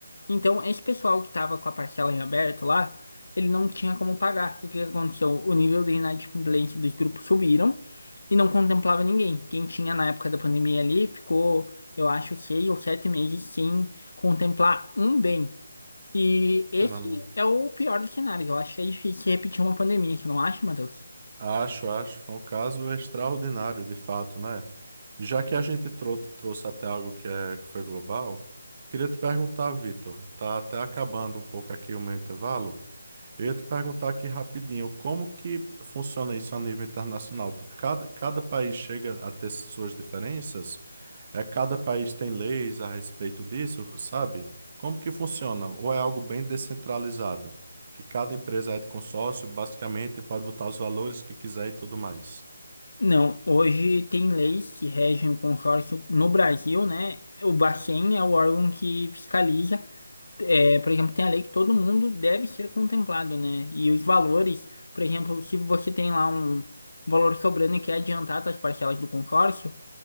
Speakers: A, on the left (about 65°); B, on the right (about 35°).
A: Então, esse pessoal que tava com a parcela em aberto lá, ele não tinha como pagar. E O que que aconteceu? O nível de inadimplência dos grupos subiram e não contemplava ninguém. Quem tinha na época da pandemia ali ficou, eu acho, seis ou sete meses sem contemplar um bem. E
B: Caramba.
A: esse é o pior dos cenários. Eu acho que é difícil repetir uma pandemia, você não acha, Matheus?
B: Acho, acho. Foi um caso extraordinário, de fato, né? Já que a gente trou trouxe até algo que, é, que foi global, queria te perguntar, Vitor, tá até acabando um pouco aqui o meu intervalo. Eu ia te perguntar aqui rapidinho, como que funciona isso a nível internacional? Tipo, cada, cada país chega a ter suas diferenças? É, cada país tem leis a respeito disso, sabe? Como que funciona? Ou é algo bem descentralizado? Que cada empresa é de consórcio, basicamente, pode botar os valores que quiser e tudo mais.
A: Não, hoje tem leis que regem o consórcio no Brasil, né? O Bacen é o órgão que fiscaliza. É, por exemplo, tem a lei que todo mundo deve ser contemplado, né? E os valores, por exemplo, se você tem lá um valor sobrando e quer adiantar as parcelas do consórcio,